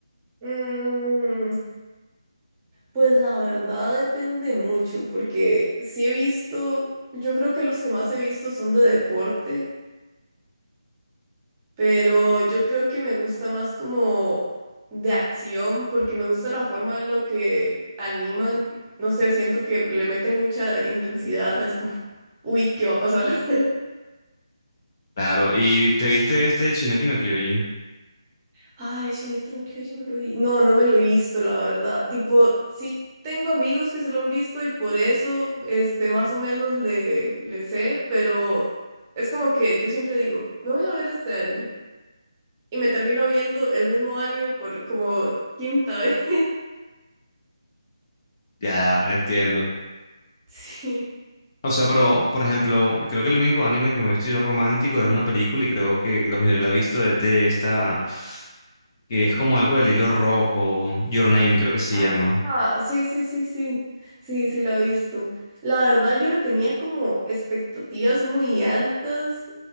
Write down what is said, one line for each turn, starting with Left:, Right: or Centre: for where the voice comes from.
Right: Mm, Pues la verdad depende mucho, porque sí he visto, yo creo que los que más he visto son de deporte, pero yo creo que me gusta más como de acción, porque me gusta la forma en la que animan, no sé, siento que le meten mucha intensidad, es como, uy, ¿qué va a pasar? <laughs>
Left: Claro, ¿y te viste este Shingeki no Kyojin?
Right: Ay, Shingeki no Kyojin me lo vi. No, no me lo he visto, la verdad. Tipo, sí tengo amigos que se lo han visto y por eso, este, más o menos le, le sé, pero es como que yo siempre digo, no voy a ver este anime. Y me termino viendo el mismo anime por como quinta <laughs> vez.
Left: Ya, entiendo.
Right: Sí.
Left: O sea, pero, por ejemplo, creo que el único anime que me he visto yo romántico era una película y creo que la mayoría la ha visto es de esta, que es como algo del hilo rojo, Your Name creo que se
Right: Ah,
Left: llama.
Right: ah, sí, sí, sí, sí. Sí, sí, la he visto. La verdad, yo le tenía como expectativas muy altas